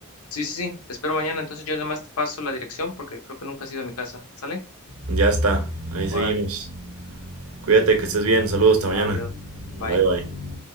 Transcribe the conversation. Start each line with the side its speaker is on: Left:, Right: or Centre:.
Left: Sí, sí, sí. Te espero mañana. Entonces yo además te paso la dirección porque creo que nunca has ido a mi casa. ¿Sale?
Right: Ya está, ahí seguimos.
Left: Órale.
Right: Cuídate, que estés bien. Saludos, hasta mañana.
Left: Adiós. Bye.
Right: Bye, bye.